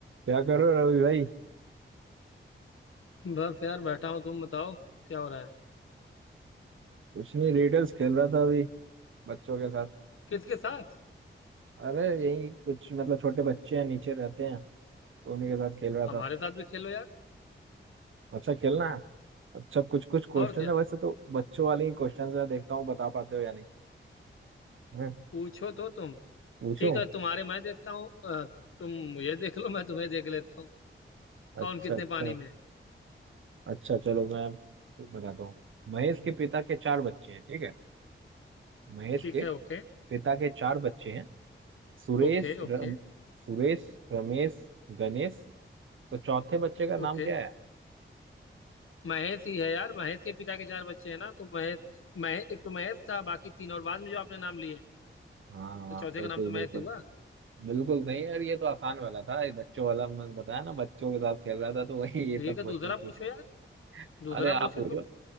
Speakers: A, on the right; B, on the left.
A: क्या कर रहे हो रवि भाई
B: बस यार बैठा हूँ तुम बताओ क्या हो रहा है
A: कुछ नहीं रिडल्स खेल रहा था अभी बच्चों के साथ
B: किसके साथ
A: अरे यही कुछ मतलब छोटे बच्चे हैं नीचे रहते हैं तो उन्हीं के साथ खेल रहा
B: हमारे
A: था
B: साथ भी खेलो यार
A: अच्छा खेलना है अच्छा कुछ कुछ क्वेश्चन
B: और क्या
A: है वैसे तो बच्चों वाले ही क्वेश्चन मैं देखता हूँ बता पाते हो या नहीं हम्म,
B: पूछो तो तुम
A: पूछूं
B: ठीक है तुम्हारे मैं देखता हूँ अ, तुम मुझे देख लो मैं तुम्हें देख लेता हूँ कौन
A: अच्छा
B: कितने
A: अच्छा
B: पानी में है
A: अच्छा चलो मैं बताता हूँ महेश के पिता के चार बच्चे हैं ठीक है महेश
B: ठीक
A: के
B: है Okay
A: पिता के चार बच्चे हैं सुरेश
B: okay Okay
A: रम, सुरेश रमेश गणेश तो चौथे बच्चे का नाम
B: okay
A: क्या है
B: Mahesh ही है यार महेश के पिता के चार बच्चे हैं ना तो महेश महेश एक तो महेश था बाकी तीन और बाद में जो आपने नाम लिए हैं
A: हाँ
B: तो चौथे
A: बिल्कुल
B: का नाम तो महेश
A: बिल्कुल
B: ही हुआ
A: बिल्कुल नहीं यार ये तो आसान वाला था ये बच्चों वाला मैं बताया ना बच्चों के साथ खेल रहा था तो <laughs> वही ये
B: ठीक
A: सब
B: है
A: क्वेश्चन
B: दूसरा
A: पूछ
B: पूछो
A: रहे
B: यार
A: थे।
B: दूसरा
A: अरे आप
B: पूछो
A: पूछो
B: तुम